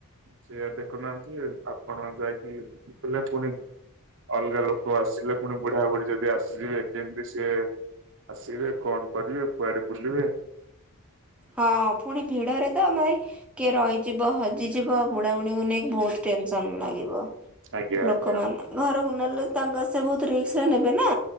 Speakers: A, on the right (about 60°); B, in the centre.
A: ସେ ଦେଖୁ ନାହାନ୍ତି ଆପଣ ଯାଇକିଲେ ପୁଣି ଅଲଗା ଲୋକ ଆସିଲେ ପୁଣି ବୁଢା ବୁଢ଼ୀ ଯଦି ଆସିଯିବେ କେମିତି ସେ ଆସିବେ କଣ କରିବେ କୁଆଡେ ବୁଲିବେ।
B: ହଁ ପୁଣି ଭିଡରେ ତ ଭାଇ କିଏ ରହିଯିବ ହ ଜି ଯିବ ବୁଢା ବୁଢୀଙ୍କୁ ନେଇକି ବହୁତ ଟେନ୍‌ସନ୍‌ ଲାଗିବ
A: ଆଜ୍ଞା ଆଜ୍ଞା
B: ଲୋକମାନ ଘରକୁ ନେଲେ ତାଙ୍କ ସେ ବହୁତ ରିକ୍ସ ନେବେ ନା